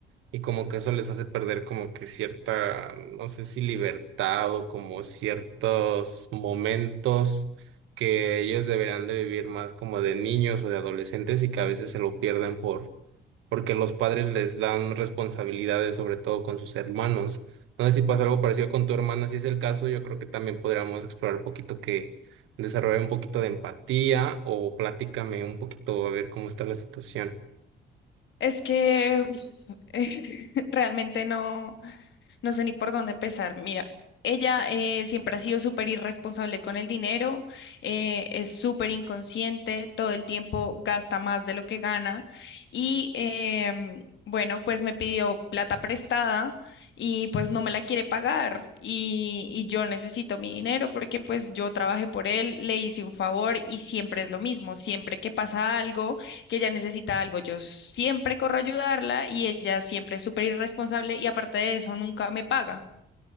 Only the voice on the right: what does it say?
y como que eso les hace perder como que cierta, no sé si libertad o como ciertos momentos que ellos deberían de vivir más como de niños o de adolescentes y que a veces se lo pierden porque los padres les dan responsabilidades, sobre todo con sus hermanos. No sé si pasa algo parecido con tu hermana, si es el caso, yo creo que también podríamos explorar un poquito que desarrollar un poquito de empatía o platícame un poquito a ver cómo está la situación.